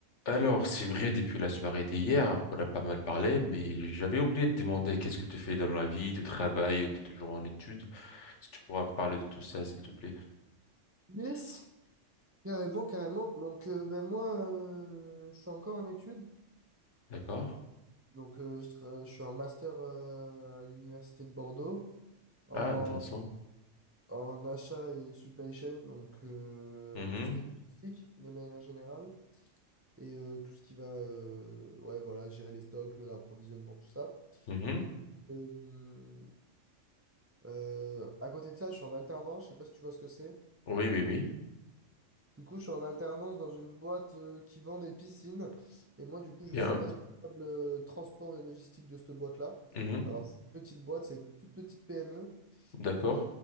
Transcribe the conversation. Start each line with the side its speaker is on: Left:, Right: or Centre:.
Left: Alors, c'est vrai, depuis la soirée d'hier, on a pas mal parlé, mais j'avais oublié de demander qu'est-ce que tu fais dans la vie, tu travailles ou tu es toujours en études. Si tu pourras me parler de tout ça, s'il te plaît.
Right: Yes, carrément, carrément. Donc, euh, ben moi, euh, je suis encore en études.
Left: D'accord?
Right: Donc, euh, je, tra- je suis en master euh, à l'université de Bordeaux en,
Left: Ah, intéressant.
Right: en achat et supply chain, donc euh,
Left: Mhm,
Right: tout ce qui est logistique de manière générale et euh, tout ce qui va, euh, ouais, voilà, gérer les stocks, l'approvisionnement, tout ça.
Left: mhm.
Right: Donc, euh, euh, à côté de ça, je suis en alternance. Je sais pas si tu vois ce que c'est.
Left: Oui, oui, oui.
Right: Du coup, je suis en alternance dans une boîte euh, qui vend des piscines. Et moi, du coup, je
Left: Bien.
Right: suis responsable euh, transport et logistique de cette boîte-là.
Left: Mhm,
Right: Alors, c'est une petite boîte, c'est une toute petite PME,
Left: D'accord.
Right: mais